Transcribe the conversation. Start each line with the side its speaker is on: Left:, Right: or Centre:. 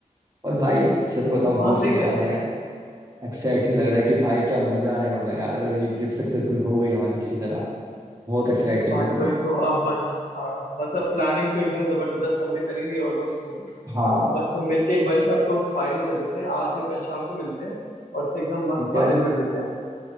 Right: और भाई सच बताऊं
Left: हाँ
Right: गूस
Left: सही
Right: बम्स
Left: कह
Right: आ रहे
Left: रहा है
Right: हैं एक्साइटिंग लग रहा है कि भाई क्या मजा आने वाला है यार अगर ये ट्रिप सक्सेसफुल हो गई हमारी किसी तरह बहुत एक्साइटिंग
Left: भाई
Right: मतलब
Left: वही तो अब बस हाँ बस अब प्लानिंग तो एकदम जबरदस्त हमने करी ली ऑलमोस्ट पूरी
Right: हाँ
Left: अब बस हम मिलके एक बार ही सबको फाइनल कर देते हैं आज या कल शाम को मिलते हैं और इसे एकदम मस्त
Right: ठीक
Left: फाइनल
Right: है
Left: कर देते हैं